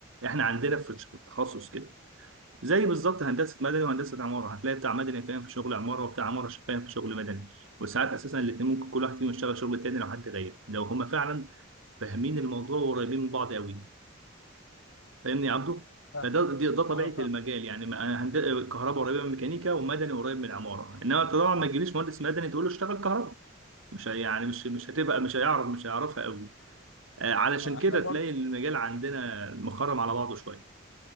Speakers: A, on the right; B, on the left.
A: احنا عندنا في الش- في التخصص كده زي بالظبط هندسه مدني وهندسه عماره هتلاقي بتاع مدني فاهم في شغل عماره وبتاع عماره ش- فاهم في شغل مدني وساعات اساسا الاثنين ممكن كل واحد فيهم يشتغل شغل التاني لو حد غايب لو هما فعلا فاهمين الموضوع وقريبين من بعض قوي فاهمني يا عبده؟
B: فاهم
A: فده دي- ده طبيعه
B: اه فاهم
A: المجال يعني ما- أنا هند... كهرباء قريبه من ميكانيكا ومدني قريب من العماره انما انت طبعا ما تجيليش مهندس مدني تقول له اشتغل كهرباء مش هي- يعني مش مش هتبقى مش هيعرف مش هيعرفها قوي آه، علشان
B: آه، احنا
A: كده
B: برضو
A: تلاقي المجال عندنا مخرم على بعضه شويه